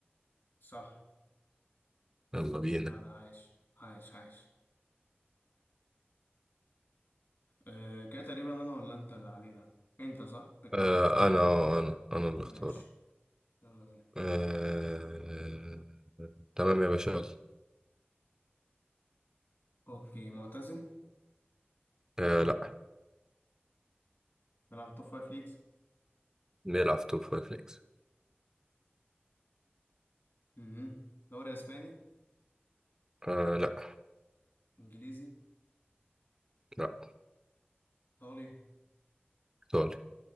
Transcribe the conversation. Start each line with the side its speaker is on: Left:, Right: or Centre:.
Left: صح
Right: يلا بينا
Left: لا لا عايش عايش عايش أه كده تقريبا انا ولا انت اللي علينا انت صح بك
Right: آه
Left: انت
Right: انا انا انا اللي
Left: ماشي
Right: اختاره
Left: يلا بينا
Right: آه تمام يا باشا يلا
Left: اوكي معتزل
Right: آه لا
Left: بيلعب توب فايف ليجز
Right: نلعب في توب فايف ليجز
Left: امم دوري اسباني
Right: آه لا
Left: انجليزي
Right: لا
Left: ايطالي
Right: ايطالي